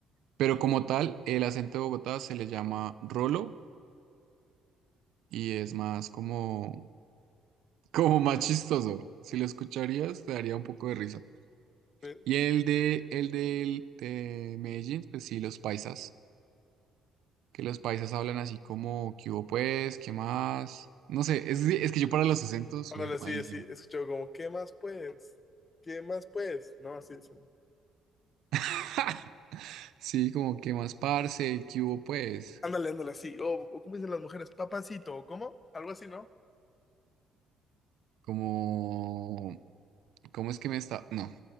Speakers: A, on the right; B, on the left.
A: Pero como tal, el acento de Bogotá se le llama rolo y es más como Como más chistoso. Si lo escucharías, te daría un poco de risa.
B: Pues,
A: Y el de, el del- de, Medellín, pues sí, los paisas. Que los paisas hablan así como, ¿qué hubo pues? ¿Qué más? No sé, es, es que yo para los acentos
B: Ándale,
A: soy
B: así,
A: malísimo.
B: así, escucho como, ¿qué más pues? ¿Qué más pues? No, así dicen.
A: <laughs> Sí, como, ¿qué más, parce? ¿Qué hubo pues?
B: Ándale, ándale, así. O, o ¿cómo dicen las mujeres? Papacito, ¿o cómo? Algo así, ¿no?
A: Como, ¿cómo es que me está? No,